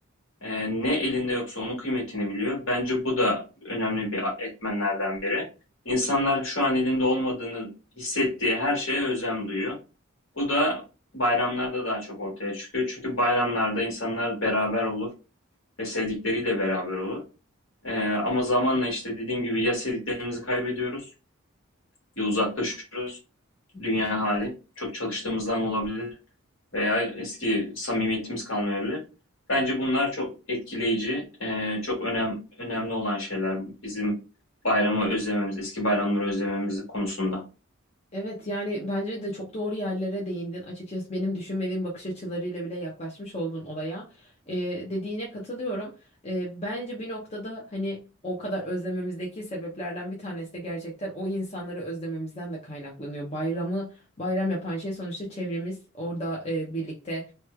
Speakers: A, on the left; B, on the left.
A: E, ne elinde yoksa onun kıymetini biliyor. Bence bu da önemli bir etmenlerden biri. İnsanlar şu an elinde olmadığını hissettiği her şeye özlem duyuyor. Bu da bayramlarda daha çok ortaya çıkıyor. Çünkü bayramlarda insanlar beraber olur ve sevdikleriyle beraber olur. Ee, ama zamanla işte dediğim gibi ya sevdiklerimizi kaybediyoruz ya uzaklaşıyoruz. Dünya hali. Çok çalıştığımızdan olabilir veya eski samimiyetimiz kalmayabilir. Bence bunlar çok etkileyici, e, çok önem, önemli olan şeyler bizim bayramı özlememiz, eski bayramları özlememiz konusunda.
B: Evet yani bence de çok doğru yerlere değindin. Açıkçası benim düşünmediğim bakış açılarıyla bile yaklaşmış oldun olaya. Ee, dediğine katılıyorum. Ee, bence bir noktada hani o kadar özlememizdeki sebeplerden bir tanesi de gerçekten o insanları özlememizden de kaynaklanıyor. Bayramı bayram yapan şey sonuçta çevremiz orada e, birlikte